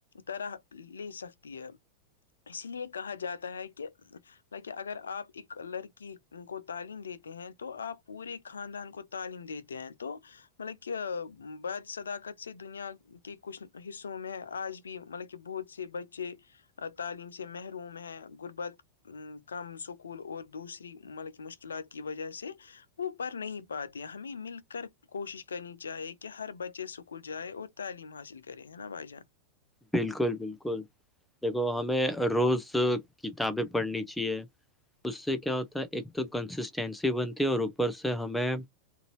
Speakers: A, on the left; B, in the centre.
A: طرح لے سکتی ہے اس لیے کہا جاتا ہے کہ لائکہ اگر آپ ایک لڑکی کو تعلیم دیتے ہیں تو آپ پورے خاندان کو تعلیم دیتے ہیں تو مطلب کہ بض صداقت سے دنیا کہ کچھ حصوں میں آج بھی مطلب کہ بہت سے بچے تعلیم سے محروم ہے غربت ا کم سکول اور دوسری مطلب کی مشکلات کی وجہ سے وہ پڑ نہیں پاتے ہمیں مل کے کر کوشش کرنی چاہیے کہ ہر بچے اسکول جائےیں اور تعلیم حاصل کرے ہے نا بھائی جان
B: بالکل بالکل دیکھو ہمیں روز کتابیں پڑھنی چاہیے اس سے کیا ہوتا ہے ایک تو کنسسٹینسی بنتی ہے اور اوپر سے ہمیں